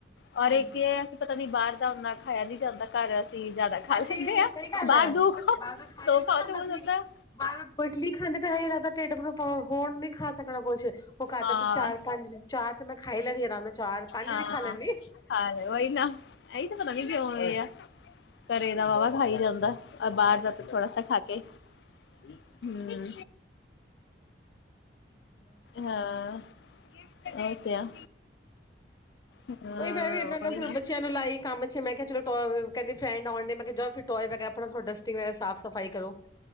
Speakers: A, on the left (about 65°); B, on the left (about 20°).
A: ਔਰ
B: ਹਾਂਜੀ।
A: ਇੱਕ ਇਹ ਪਤਾ ਨੀ ਬਾਹਰ ਦਾ ਉਨਾ ਖਾਇਆ ਨੀ ਜਾਂਦਾ ਘਰ ਅਸੀ ਜਾਦਾ ਖਾ
B: ਹਾਂਜੀ
A: ਲੈਂਦੇ ਆ।
B: ਸਹੀ ਗੱਲ
A: ਬਾਹਰ
B: ਹੈ
A: ਦੋ ਖਾਓ
B: ਬਾਹਰ ਦਾ ਖਾਇਆ
A: ਦੋ
B: ਵੀ
A: ਖਾਓ
B: ਨੀ
A: ਤੇ ਹੋ ਜਾਂਦਾ
B: ਸੀ। ਬਾਹਰ ਇਡਲੀ ਖਾਂਦੇ ਤਾਂ ਏਦਾਂ ਲੱਗਦਾ ਟੇਡ ਨੂੰ ਹੋਣ ਨੀ ਖਾ ਸਕਣਾ ਕੋਛ। ਉਹ ਕਰਦਾ
A: ਹਾਂ
B: ਤੇ ਚਾਰ ਪੰਜ ਚਾਰ ਤੇ ਮੈਂ ਖਾ ਈ ਲੈਨੀ ਆਂ ਆਰਾਮ ਨਾਲ ਚਾਰ ਪੰਜ
A: ਹਾਂ
B: ਵੀ ਖਾ ਲੈਂਨੀ।
A: ਹਾਂ ਉਹੀ ਨਾ ਇਹੀ ਤਾਂ ਪਤਾ ਨੀ ਕਿਉਂ ਵੀ ਆ, ਘਰੇ ਦਾ ਵਾਹਵਾ ਖਾਈ ਜਾਂਦਾ ਬਾਹਰ ਥੋੜਾ ਸਾ ਖਾ ਕੇ ਹੂੰ।
B: <inaudible>
A: ਹਾਂ, ਓਹ ਤੇ ਆ। ਹਾਂ
B: ਉਹੀ ਮੈਂ ਵੀ ਇਹਨਾਂ
A: ਉਹੀ
B: ਫੇਰ
A: ਨਾ
B: ਬੱਚਿਆਂ ਨੂੰ ਲਾਈ ਕੰਮ ਚ ਮੈਂ ਕਿਹਾ ਚਲੋ ਟ ਕੈਂਦੇ ਫਰੈਂਡ ਆਉਣ ਡੇ ਮੈ ਕਯਾ ਜਾ ਫੇਰ ਟੋਏ ਵਗੈਰਾ ਆਪਣਾ ਧੋੜਾ ਡਸਟੀਗ ਵਗੈਰਾ ਸਾਫ਼ ਸਫ਼ਾਈ ਕਰੋ।